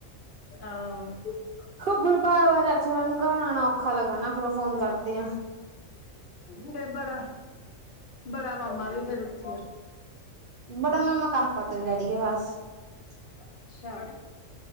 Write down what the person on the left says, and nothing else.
ਆਹੋ
ਫ ਬੜਾ ਬੜਾ ਮਾਮਾ ਵੀ ਫੇਰ ਉਥੇ
ਅੱਛਾ